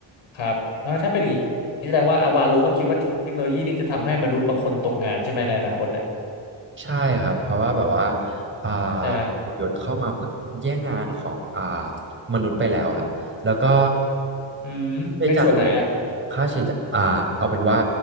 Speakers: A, on the left; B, on the right.
A: ครับแล้วถ้าเป็นอย่างนี้แสดงว่าอาวาโลก็คิดว่าเทคโนโลยีนี้จะทำให้มนุษย์บางคนตกงานใช่ไหมในอนาคตเนี่ย
B: ใช่ครับเพราะว่าแบบว่าอ่า
A: ใช่ไหม
B: หุ่นยนต์เข้ามาเพื่อแย่งงานของอ่ามนุษย์ไปแล้วครับแล้วก็
A: อืมในส่วนไหนอะ
B: ใช้จ่ายค่าใช้จ่ายอ่าเอาเป็นว่า